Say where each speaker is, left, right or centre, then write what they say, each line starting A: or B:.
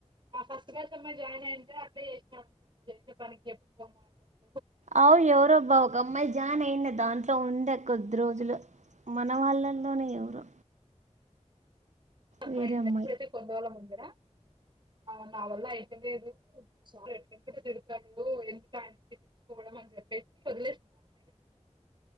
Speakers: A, on the right (about 40°); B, on the right (about 75°).
A: ఆ ఫస్ట్ ఫస్ట్ అమ్మాయి జాయిన్ అయింటే అట్లె చేసిన అమ్మ నువ్వు చేసే పనికి ఎందుకమ్మా అట్ల
B: అవ్ ఎవరో బామ్ ఒక అమ్మాయి జాన్ అయిన్యా దాంట్లో ఉండే కొద్ది రోజులు మన వాళ్ళల్లోనే ఎవరో
A: <unintelligible> ప్పుడైతే
B: వేరే అమ్మాయి
A: కొన్ని రోజుల ముందర ఆ నా వల్ల అయితా లేదు సార్ ఎట్ల ఎట్లో తిడతాడు ఎందుకు ఆయన తో తిట్టించుకోవడం అని చెప్పేసి వదిలేసింది ఆ అమ్మాయి